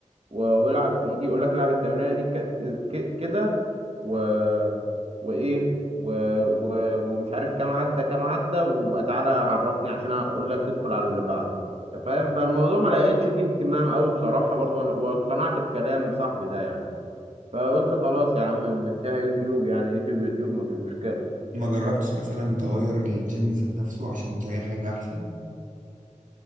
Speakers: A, on the right (about 50°); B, on the right (about 80°).
A: و- والعب يجي يقول لك العب التمرينة دي ك- ك- كده و وايه و... و... ومش عارف كام عدى كام عدى وبقى تعالى عرفني عشان اقول لك تدخل على اللي بعده أنت فاهم فالموضوع ما لقيتش فيه اهتمام قوي بصراحة برضو انا واقتنعت بكلام صاحبي ده يعني فقلت خلاص يا عم نمشيها يوتيوب يعني يوتيوب يوتيوب مش مشكلة
B: ما جربتش مثلا تغير الجيم ذات نفسه عشان تلاقي حاجة احسن